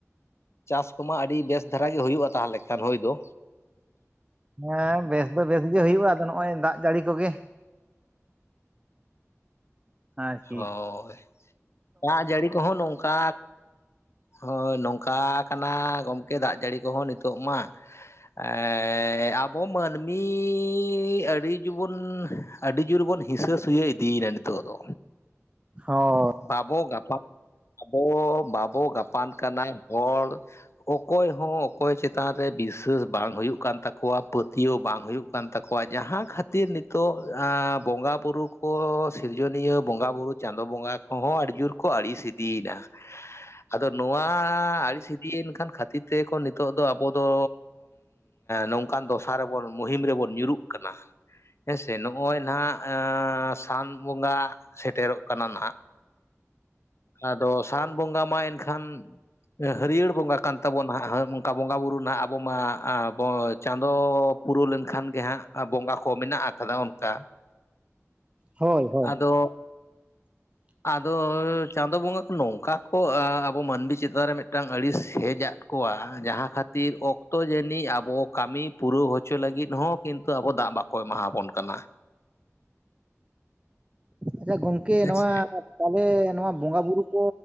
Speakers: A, on the left; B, on the right.
A: ᱪᱟᱥ ᱠᱚᱢᱟ ᱟᱹᱰᱤ ᱵᱮᱥ ᱫᱷᱟᱨᱟ ᱜᱮ ᱦᱩᱭᱩᱜᱼᱟ ᱛᱟᱦᱚᱞᱮ ᱠᱷᱟᱱ ᱦᱩᱭ ᱫᱚ
B: ᱦᱮᱸ ᱵᱮᱥ ᱫᱚ ᱵᱮᱥ ᱜᱮ ᱦᱩᱭᱩᱜᱼᱟ ᱟᱫᱚ ᱱᱚᱜᱼᱚᱭ ᱫᱟᱜ ᱡᱟᱹᱲᱤ ᱠᱚᱜᱮ ᱟᱨᱠᱤ
A: ᱦᱳᱭ ᱫᱟᱜ ᱡᱟᱹᱲᱤ ᱠᱚᱦᱚᱸ ᱱᱚᱝᱠᱟ ᱦᱳᱭ ᱱᱚᱝᱠᱟ ᱠᱟᱱᱟ ᱜᱚᱝᱠᱮ ᱫᱟᱜ ᱡᱟᱹᱲᱤ ᱠᱚᱦᱚᱸ ᱱᱤᱛᱚᱜ ᱢᱟ ᱮ ᱟᱵᱚ ᱢᱟᱹᱱᱢᱤ ᱟᱹᱰᱤ ᱜᱮᱵᱚᱱ ᱟᱹᱰᱤ ᱡᱳᱨ ᱵᱚᱱ ᱦᱤᱥᱟᱹ ᱥᱩᱭᱟᱹ ᱤᱫᱤᱭᱮᱱᱟ ᱱᱤᱛᱚᱜ ᱫᱚ
B: ᱚᱻ
A: ᱵᱟᱵᱚ ᱜᱟᱯᱟᱱ ᱟᱵᱚ ᱵᱟᱵᱚ ᱜᱟᱯᱟᱱ ᱠᱟᱱᱟ ᱦᱚᱲ ᱚᱠᱚᱭ ᱦᱚᱸ ᱚᱠᱚᱭ ᱪᱮᱛᱟᱱ ᱨᱮ ᱵᱤᱥᱥᱟᱹᱥ ᱵᱟᱝ ᱦᱩᱭᱩᱜ ᱠᱟᱱ ᱛᱟᱠᱚᱣᱟ ᱯᱟᱹᱛᱭᱟᱹᱣ ᱵᱟᱝ ᱦᱩᱭᱩᱜ ᱠᱟᱱᱟ ᱠᱟᱱ ᱛᱟᱠᱚᱣᱟ ᱡᱟᱦᱟᱸ ᱠᱷᱟᱹᱛᱤᱨ ᱱᱤᱛᱚᱜ ᱵᱚᱸᱜᱟ ᱵᱩᱨᱩ ᱠᱚ ᱥᱤᱨᱡᱚᱱᱤᱭᱟᱹ ᱵᱚᱸᱜᱟ ᱵᱩᱨᱩ ᱪᱟᱸᱫᱳ ᱵᱚᱸᱜᱟ ᱠᱚᱦᱚᱸ ᱟᱹᱰᱤ ᱡᱳᱨ ᱠᱚ ᱟᱹᱲᱤᱥ ᱤᱫᱤᱭᱮᱱᱟ ᱟᱫᱚ ᱱᱚᱣᱟ ᱟᱹᱲᱤᱥ ᱤᱫᱤᱭᱮᱱ ᱠᱷᱟᱱ ᱠᱷᱟᱹᱛᱤᱨ ᱛᱮᱜᱮᱠᱚ ᱱᱤᱛᱳᱜ ᱫᱚ ᱟᱵᱚ ᱫᱚ ᱱᱚᱝᱠᱟᱱ ᱫᱚᱥᱟᱨ ᱨᱮᱵᱚᱱ ᱢᱩᱦᱤᱢ ᱨᱮᱵᱚᱱ ᱧᱩᱨᱩᱜ ᱠᱟᱱᱟ ᱦᱮᱸᱥᱮ ᱱᱚᱜᱼᱚᱭ ᱱᱟᱦᱟᱜ ᱥᱟᱱ ᱵᱚᱸᱜᱟ ᱥᱮᱴᱮᱨᱚᱜ ᱠᱟᱱᱟ ᱱᱟᱱᱟᱜ ᱟᱫᱚ ᱥᱟᱱ ᱵᱚᱸᱜᱟ ᱢᱟ ᱮᱱᱠᱷᱟᱱ ᱦᱟᱹᱨᱭᱟᱹᱲ ᱵᱚᱸᱜᱟ ᱠᱟᱱ ᱛᱟᱵᱚᱱᱟ ᱦᱟᱸᱜ ᱦᱟᱹ ᱚᱝᱠᱟ ᱵᱚᱸᱜᱟᱼᱵᱩᱨᱩ ᱱᱟᱦᱟᱜ ᱟᱵᱚ ᱢᱟ ᱟᱸ ᱵᱚ ᱪᱟᱸᱫᱚ ᱯᱩᱨᱟᱹᱣ ᱞᱮᱱᱠᱷᱟᱱ ᱜᱮ ᱦᱟᱸᱜ ᱟ ᱵᱚᱸᱜᱟ ᱠᱚ ᱢᱮᱱᱟᱜ ᱟᱠᱟᱫᱟ ᱚᱱᱠᱟ
B: ᱦᱳᱭ ᱦᱳᱭ
A: ᱟᱫᱚ
B: <inaudible>
A: ᱟᱫᱚ ᱪᱟᱸᱫᱳ ᱵᱚᱸᱜᱟ ᱠᱚ ᱱᱚᱝᱠᱟ ᱠᱚ ᱟᱵᱚ ᱢᱟᱹᱱᱢᱤ ᱪᱮᱛᱟᱱ ᱨᱮ ᱢᱤᱫᱴᱟᱝ ᱟᱹᱲᱤᱥ ᱦᱮᱡᱼᱟᱜ ᱠᱚᱣᱟ ᱡᱟᱦᱟᱸ ᱠᱷᱟᱹᱛᱤᱨ ᱚᱠᱛᱚ ᱡᱟᱹᱱᱤᱡ ᱟᱵᱚ ᱠᱟᱹᱢᱤ ᱯᱩᱨᱟᱹᱣ ᱦᱚᱪᱚ ᱞᱟᱹᱜᱤᱫ ᱦᱚᱸ ᱠᱤᱱᱛᱩ ᱟᱵᱚ ᱫᱟᱜ ᱵᱟᱠᱚ ᱠᱚᱭ ᱮᱟᱦᱟ ᱵᱚᱱ ᱠᱟᱱᱟ
B: ᱟᱪᱷᱟ ᱜᱚᱝᱠᱮ
A: ᱦᱮᱸᱥᱮ
B: ᱱᱚᱣᱟ ᱛᱟᱦᱚᱞᱮ ᱱᱚᱣᱟ ᱵᱚᱸᱜᱟ ᱵᱩᱨᱩ ᱠᱚ